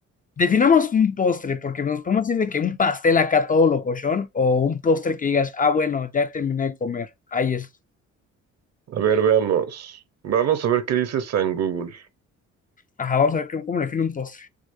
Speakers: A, on the left; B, on the right.
A: definamos un postre, porque nos podemos decir de que un pastel acá todo locochón, o un postre que digas, ah, bueno, ya terminé de comer, ahí es.
B: A ver, veamos. Vamos a ver qué dice San Google.
A: Ajá, vamos a ver cómo cómo le define un postre.